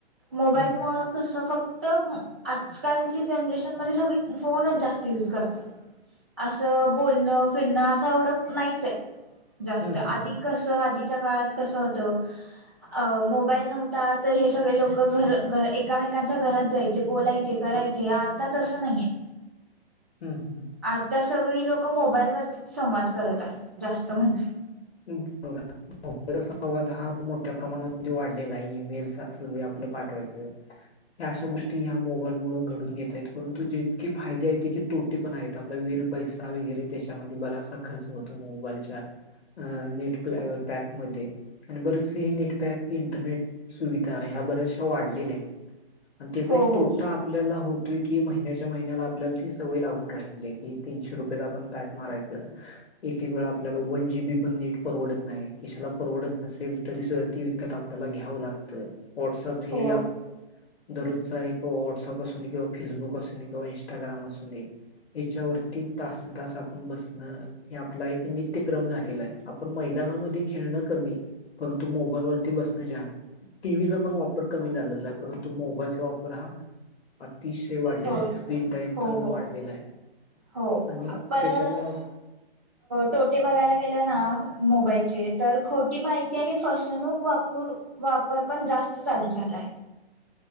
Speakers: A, on the right; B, on the left.
A: मोबाईल
B: हम्म
A: मुळ कसं फक्त आजकालची जनरेशनमध्येध्ये सगळी फोनच जास्त युज करतात.
B: <inaudible>
A: असं बोलणं फिरणं असं एवढं नाहीच आहे. जास्त
B: हम्म
A: आधी कसं आधीच्या काळात कसं होतं. अ मोबाईल नव्हता तर हे सगळे लोक घरर एकामेकांच्या बोलायचे करायचे. जे आता तसं नाहीये.
B: हम.
A: आता सगळी लोक मोबाईल वरतीच संवाद करत आहेत जास्त म्हणजे.
B: ब. <unintelligible> मोलचा संवाद हा मोठ्या प्रमाणामध्ये वाढलेला आहे. ईमेल्स असू दे आपलं पाठवायचं. या अशा गोष्टी या मोबाईलमुळ घडून येत आहेत. परंतु जितके फाये आहेत तितके. तोटे पण आहेत. आपला वेळ पैसा वगैरे तेच्यामध्ये बरासा खर्च होतो मोबाईलच्या. अ नेट प पॅकमध्ये. आणि बरेचसे नेटपॅक इंटरनेट सुविधा ह्या बऱ्याचशा वाढलेल्या आहेत. आणि त्यांचा
A: हो
B: एक
A: हो
B: तोटा. आपल्याला होतोय की महिन्याच्या महिन्याला आपल्याला ती सवय लागून राहिलेली आहे. की तीनशे रुपयेचा आपण पॅक मारायच. एक एक वेळा आपल्याला वन जी बी. नेट परवडत नाही. किशाला परवडत नसेल तरी सुद्धा ती विकत आपल्याला घ्यावं लागत. व्हॉट्सॲप हे.
A: हो
B: दररोजचा एक व्हॉट्सअप असून दे किंवा फेसबुक असून दे किंवा इंस्टाग्राम असून दे. याच्यावरती तासन तास आपण बसणं. हे आपला एक नित्यक्रम झालेला आहे. आपण मैदानामध्ये खेळणं कमी परंतु मोबाईलवर. ती बसणं जास्त टीव्हीचा पण वापर कमी झालेला आहे परंतु मोबाईलचा वापर हा. अतिशय वाढलेला
A: हो
B: आहे. स्क्रीन टाईम
A: हो
B: पण
A: हो
B: वाढलेला आहे.
A: हो
B: आणि
A: परत
B: त्याच्यामुळे
A: तोटे बघायला गेलं ना. मोबाईलचे तर खोटी माहि त्याने फसवणूक वापूर वापर पण जास्त चालू झालाय.